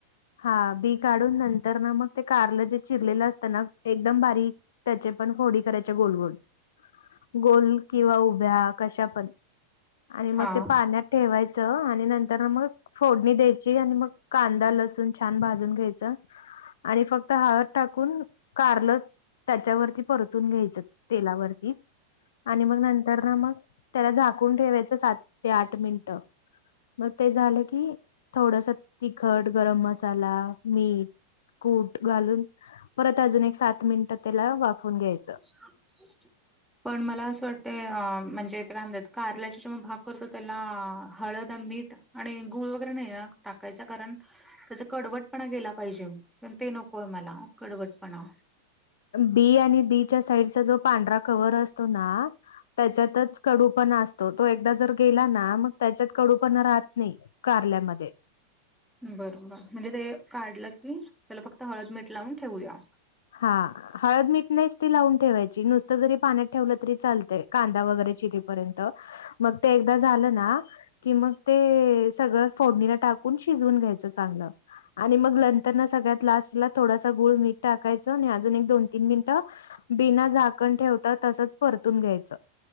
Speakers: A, on the left; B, in the centre.
A: हा बी काढून नंतर ना मग ते कारलं जे चिरलेलं असतं ना एकदम बारीक त्याचे पण फोडी करायच्या गोल गोल गोल किंवा उभ्या कशा पण आणि मग
B: हा.
A: ते पाण्यात ठेवायचं आणि नंतर मग फोडणी द्यायची आणि मग कांदा लसू तून छान भाजून घ्यायचं आणि फक्त हळद टाकून कारलं त्याच्यावरती परतून घ्यायचं तेलावरतीच आणि मग नंतर ना मग त्याला झाकून ठेवायचं सात ते आठ मिनटं मग ते झालं की थोडस तिखट, गरम मसाला चांगला मीठ, कुट घालून परत अजुन एक चा मिनिटं त्याला वाफवून घ्यायचं.
B: <inaudible> पण मला असं वाटतं अ म्हणजे <unintelligible> कारल्याचा जेव्हा भाग करतो त्याला अ हळद मीठ आणि गुळ वगैरे नाही ना टाकायच कारण त्याचा कडवटपणा गेला पाहिजे पण ते नकोय मला कडवटपणा.
A: बी आणि बी च्या साईडचा जो पांढरा कवर असतो ना त्याच्यातच कडूपणा असतो तो एकदा जर गेला ना मग त्याच्यात कडूपणा राहत नाही. कारल्यामध्ये
B: बर बर म्हणजे ते काढलं की त्याला फक्त हळद मीठ लावून ठेवूया.
A: हा. हळद, मीठ नेसती लावून ठेवायची नुसतं जरी पाण्यात ठेवलं तरी चालतय कांदा वगैरे चिरी पर्यंत. मग ते एकदा झालं ना की मग ते सगळं फोडणीला टाकून शिजून घ्यायचं चांगलं आणि मग नंतरन सगळ्यात लास्ट ला थोडासा गुळ मीठ टाक टकायच आणि अजून एक दोन तीन मिनिटं बिना झाकण ठेवतात तसच परतून घ्यायचं.